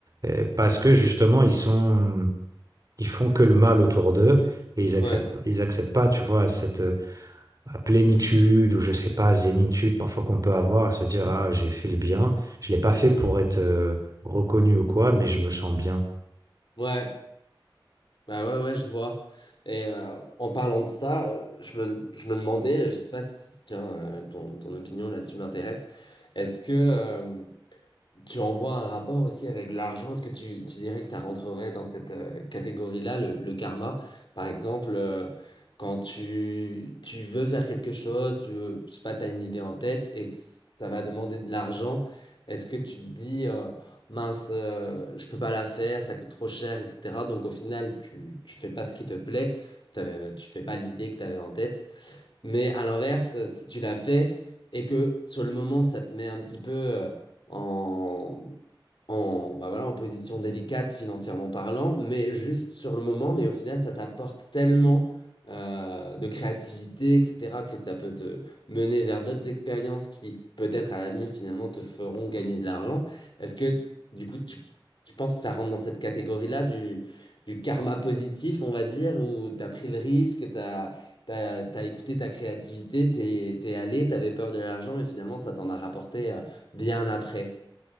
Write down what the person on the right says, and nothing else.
euh, parce que justement, ils sont, ils font que le mal autour d'eux et ils acceptent,
ils acceptent pas, tu vois, cette euh, plénitude ou je sais pas, zénitude parfois qu'on peut avoir, à se dire, ah, j'ai fait le bien, je l'ai pas fait pour être euh, reconnu ou quoi, mais je me sens bien.